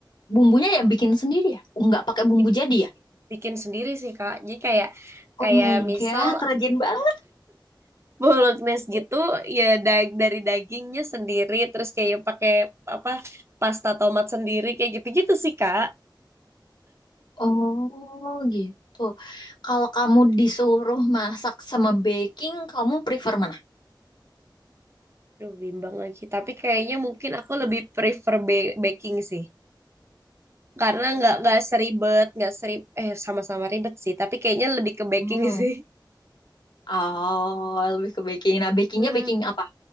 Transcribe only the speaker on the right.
bikin
bikin sendiri sih kak jadi kayak
kayak
misal
Bolognese gitu ya dag dari dagingnya sendiri terus kayak pakai apa pasta tomat sendiri kayak gitu-gitu sih Kak.
Duh bimbang lagi tapi kayaknya mungkin aku lebih prefer ba- baking sih karena nggak nggak seribet nggak serib eh sama-sama ribet sih tapi kayaknya lebih ke baking
<laughs> sih.
Hmm,